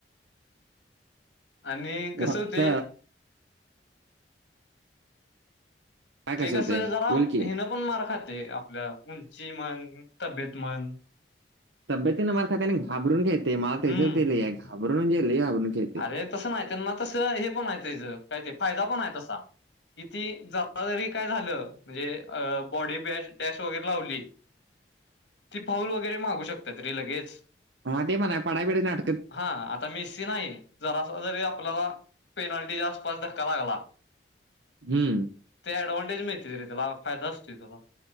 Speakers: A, on the left (about 80°); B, on the right (about 80°).
A: आणि कसं
B: फक्त
A: होतय
B: काय
A: ते कसं
B: होतंय?
A: जरा
B: बोल की.
A: हेन पण मार खातय आपल्या उंची मण तब्येत मण
B: तब्यतीनें म खात्याने घाबरून घेते मला तेच
A: हम्म
B: तेले घाबरून गे घाबरून घेते
A: अरे
B: <unintelligible>
A: तसं नाही त्यांना तसं हे पण आहे काय ते फायदा पण आहे तसा. कि ती जरा जरी काय झालं म्हणजे अ बॉडी बॅश डॅश वगैरे लावली ती फाऊल वगैरे मागू शकतात रे लगेच.
B: हा ते म्हणाय पडई बिडई नायी
A: हा आता मेस्सी नाही जरासा जरी आपल्याला पेनल्टीच्या आसपास धक्का लागला
B: हम्म.
A: ते ऍडवांटेज मिळते तरी त्याला फायदा असतोय त्याला.